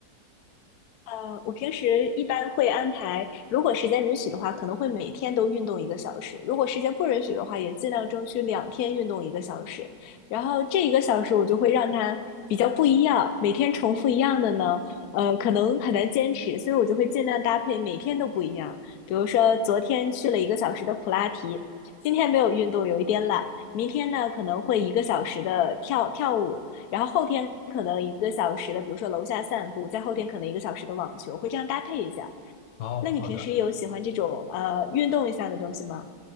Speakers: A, on the left; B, on the left.
A: 呃，我平时一般会安排，如果时间允许的话，可能会每天都运动一个小时；如果时间不允许的话，也尽量争取两天运动一个小时。然后这一个小时我就会让它比较不一样，每天重复一样的呢，呃，可能很难坚持，所以我就会尽量搭配每天都不一样。比如说昨天去了一个小时的普拉提，今天没有运动，有一点懒。明天呢，可能会一个小时的跳跳舞，然后后天可能一个小时的，比如说楼下散步，再后天可能一个小时的网球，会这样搭配一下。
B: 哦，
A: 那你平时有喜欢这种呃运动一下的东西吗？
B: 好的。